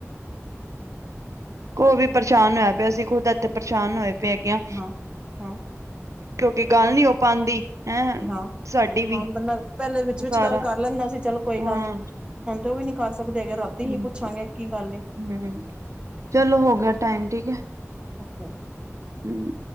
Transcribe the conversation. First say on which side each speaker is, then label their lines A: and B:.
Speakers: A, on the right; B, on the right.
A: ਕੋ ਵੀ ਪਰੇਸ਼ਾਨ ਹੋਇਆ ਪਿਆ ਸੀ, ਅਸੀ ਖੁਦ ਇੱਥੇ ਪਰੇਸ਼ਾਨ ਹੋਏ ਪਏ ਹੈਗੀਆਂ।
B: ਹਾਂ ਹਾਂ
A: ਕਿਉਂਕਿ ਗੱਲ ਨੀ ਹੋ ਪਾਂਦੀ, ਹੈਂ।
B: ਹਾਂ
A: ਸਾਡੀ ਵੀ।
B: ਹਾਂ ਬੰਦਾ ਪਹਿਲੇ ਵਿਚ-ਵਿਚ
A: ਸਾਰਾ
B: ਗੱਲ ਕਰ ਲੈਂਦਾ ਸੀ, ਚਲੋ ਕੋਈ
A: ਹਾਂ
B: ਗੱਲ ਨੀ। ਹੁਣ ਤੇ ਉਹ ਵੀ ਨੀ ਕਰ ਸਕਦੇ ਹੈਗੇ, ਰ੍ਹਾਤੀ ਅਹੀ
A: ਹੂੰ,
B: ਪੁੱਛਾਂਗੇ ਕੀ ਗੱਲ ਏ।
A: ਹੂੰ, ਚਲੋ ਹੋਗਿਆ ਟਾਈਮ ਠੀਕ ਏ।
B: ਓਕੇ।
A: ਹੂੰ।